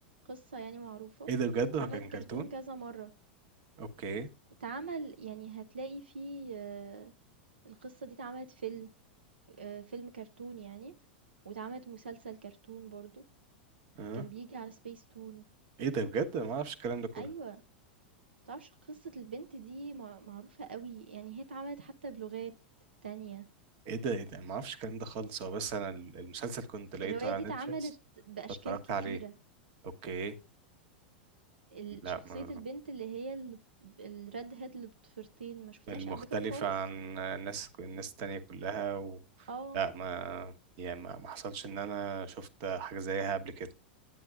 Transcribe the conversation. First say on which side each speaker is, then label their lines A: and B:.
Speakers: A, on the right; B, on the right.
A: قصة يعني معروفة
B: إيه ده بجد هو
A: اتعملت
B: كان
A: كرتون
B: كرتون
A: كذا مرة
B: أوكي
A: اتعمل يعني هتلاقي فيه آه، القصة دي اتعملت فيلم آه، فيلم كرتون يعني واتعملت مسلسل كرتون برضو
B: اه
A: كان بيجي على سبيس تون
B: إيه ده بجد أنا ما أعرفش الكلام ده كله
A: ايوه تعرفش قصة البنت دي مع- معروفة قوي يعني هي اتعملت حتى بلغات تانية
B: إيه ده إيه ده ما أعرفش الكلام ده خالص هو بس أنا ال- المسلسل كنت لقيته
A: الرواية
B: على
A: دي اتعملت
B: نتفليكس
A: بأشكال
B: فاتفرجت
A: كتيرة
B: عليه أوكي
A: ال-
B: لا
A: شخصية
B: ما
A: البنت اللي هي الريد هيد اللي بطفرتين ما شفتهاش
B: المختلفة
A: قبل كده خالص
B: عن الناس الناس التانية كلها و...
A: اه
B: لا ما يعني ما ما حصلش ان انا شفت حاجة زيها قبل كده